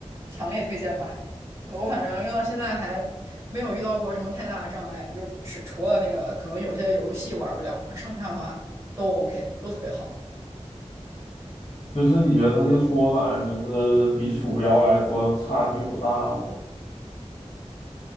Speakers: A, on the right; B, on the left.
A: 强烈推荐买。我反正用到现在还没有遇到过什么太大的障碍，就是只除了那个可能有些游戏玩不了，剩下的话都 OK，都特别好。
B: 就是你觉得它那个搓板就是比鼠标来说差距不大吗？